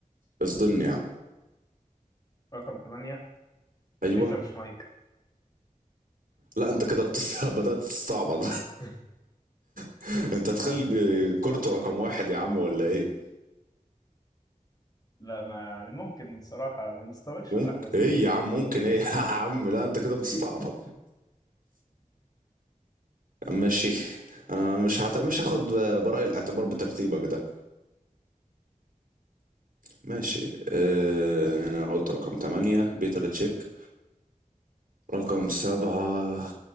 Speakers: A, on the right; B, on the left.
A: اصدمني يا عم
B: رقم تمانية
A: ايوه
B: بيتر شمايكل
A: لا انت كده بتس... <laughs> بدات تستعبط
B: <laughs>
A: <applause> انت تخلي
B: أنا شايف كده بصراحة
A: كورتو رقم واحد يا عم ولا ايه
B: لا ما يعني ممكن بصراحة ما نستبقش
A: ممكن
B: الأحداث
A: ايه
B: بقى
A: يا عم ممكن ايه <laughs> يا عم لا انت كده
B: <laughs>
A: بتستعبط ماشي انا مش هت... مش هاخد براي الاعتبار بترتيبك ده ماشي آه، انا قلت رقم تمانية بيتر تشيك رقم سبعة